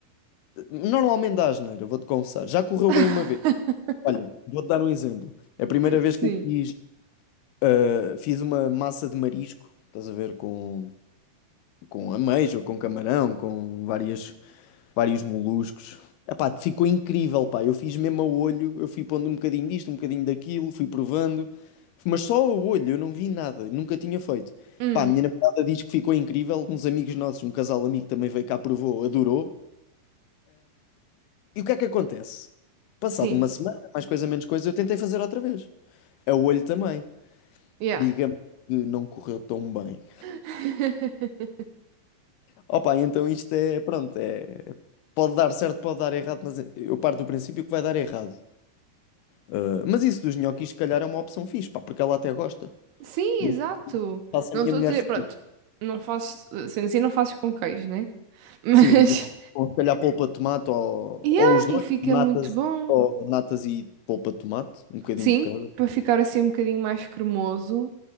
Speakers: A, on the left (about 85°); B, on the right (about 85°).
A: asneira. Normalmente dá asneira, vou-te confessar. Já correu
B: <laughs>
A: bem uma vez. Olha, vou-te dar um exemplo. É A primeira vez
B: Sim.
A: que eu fiz, ah, fiz uma massa de marisco, estás a ver, com, com ameijo, com camarão, com várias, vários moluscos. Epá, ficou incrível, pá. Eu fiz mesmo a olho, eu fui pondo um bocadinho disto, um bocadinho daquilo, fui provando, mas só a olho, eu não vi nada, nunca tinha feito.
B: Hum,
A: Pá, a minha namorada diz que ficou incrível. Uns amigos nossos, um casal amigo também veio cá, provou, adorou. E o que é que acontece? Passado
B: sim.
A: uma semana, mais coisa, menos coisa, eu tentei fazer outra vez. A olho também.
B: Yeah.
A: Digamos que não correu tão bem.
B: <laughs>
A: Opa, então isto é, pronto, é, pode dar certo, pode dar errado, mas eu parto do princípio que vai dar errado. Ah, mas isso dos nhoquis, se calhar, é uma opção fixe, pá, porque ela até gosta.
B: Sim,
A: E
B: exato.
A: eu faço
B: Não
A: a minha
B: estou
A: mulher
B: a dizer,
A: feliz.
B: pronto, não faço, sendo assim, não faço com queijo, né? Mas,
A: Sim, e ou se calhar polpa de tomate ou,
B: <laughs> yeah,
A: ou os dois,
B: e fica
A: natas,
B: muito bom.
A: ou natas e polpa de tomate, um bocadinho
B: Sim,
A: de cada.
B: para ficar assim um bocadinho mais cremoso,